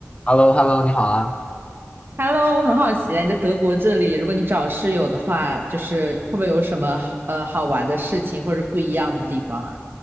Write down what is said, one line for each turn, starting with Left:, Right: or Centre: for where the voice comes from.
Left: h e l l o h e l l o 你好啊！
Right: Hello，我很好奇，你在德国这里，如果你找室友的话，就是会不会有什么呃好玩的事情或者不一样的地方啊？